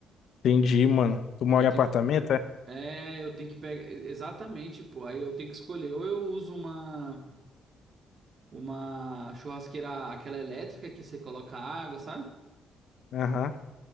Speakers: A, on the left; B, on the right.
A: entendi, mano. Tu mora
B: Que eu tenho,
A: em apartamento, é?
B: é, eu tenho que pegar, exatamente, pô, aí eu tenho que escolher, ou eu uso uma uma churrasqueira, aquela elétrica que você coloca água, sabe?
A: Aham,